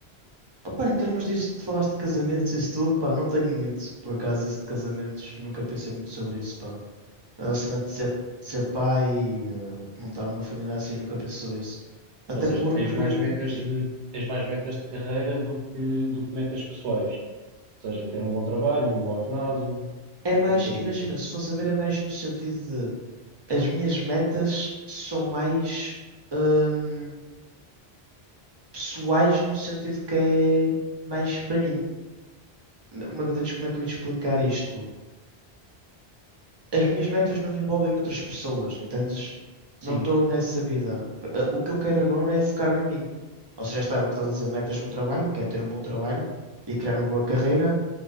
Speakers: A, on the right; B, on the right.
A: Opa, em termos disso, tu falaste de casamentos e isso tudo, pá, não tenho muito, por acaso, isso de casamentos, nunca pensei muito sobre isso, pá. A cena de ser, de ser pai e eh, de montar uma família assim, nunca pensei sobre isso. Até
B: Ou seja,
A: porque,
B: tens mais metas
A: diz-me,
B: de, tens mais metas de carreira do que, do que metas pessoais. seja, ter um bom trabalho, um bom ordenado
A: é mais,
B: e, e coisas
A: imagina,
B: assim.
A: se fosse a ver, é mais no sentido de as minhas metas são mais hum, pessoais no sentido que é mais para mim. Como é que eu tenho, de- como é que eu ia te explicar isto? As minhas metas não envolvem outras pessoas, entendes? Não
B: Sim,
A: estou nessa vida. P- eh, O que eu quero agora é focar-me em mim. Ou seja, está é o que estás a dizer, metas no trabalho, que é ter um bom trabalho e criar uma boa carreira,